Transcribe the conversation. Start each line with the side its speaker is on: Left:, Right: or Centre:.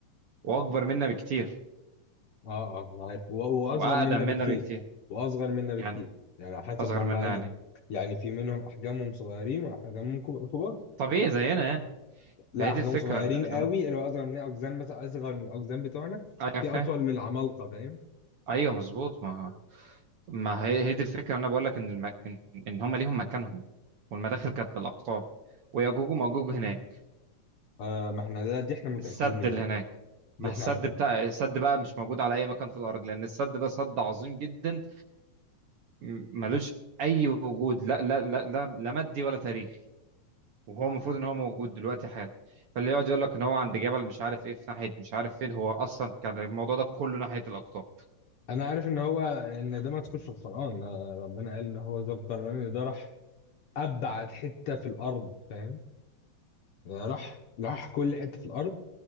Right: واكبر منا بكتير
Left: اه أنا عارف و- واصغر
Right: واقدم
Left: منا
Right: منا
Left: بكتير
Right: بكتير
Left: واصغر منا
Right: يعني
Left: بكتير يعني على حسب
Right: اصغر
Left: هم
Right: منا
Left: اني
Right: يعني
Left: يعني في منهم احجامهم صغيرين واحجامهم كب- كبار
Right: طبيعي زينا يعني فهي
Left: لا احجامهم
Right: دي الفكره
Left: صغيرين
Right: ان ان
Left: قوي
Right: هم
Left: اللي هو اصغر من اقزام مثلا اصغر من الاقزام بتوعنا
Right: ايوه
Left: في
Right: فاهم
Left: اطول من العمالقه فاهم
Right: ايوه مظبوط ما ما هي هي دي الفكره انا بقول لك ان الم... ان إن هم ليهم مكانهم والمداخل كانت من الاقطاب ويأجوج ومأجوج هناك
Left: آه ما احنا ده دي احنا متاكدين
Right: السد
Left: منها
Right: اللي
Left: دي,
Right: هناك
Left: دي
Right: ما
Left: احنا
Right: السد
Left: عارفينها
Right: بتاع السد بقى مش موجود على اي مكان في الارض لان السد ده سد عظيم جدا م- ملوش اي وجود لا لا لا لا, لا مادي ولا تاريخي وهو المفروض ان هو موجود دلوقتي حالا فاللي يقعد يقول لك ان هو عند جبل مش عارف ايه في ناحيه مش عارف فين هو اصلا كان الموضوع ده كله ناحيه الاقطاب
Left: انا عارف ان هو ان ده ما تكونش في القران آه، ربنا قال ان هو ذو القرنين ده راح ابعد حته في الارض فاهم راح راح كل حتة في الأرض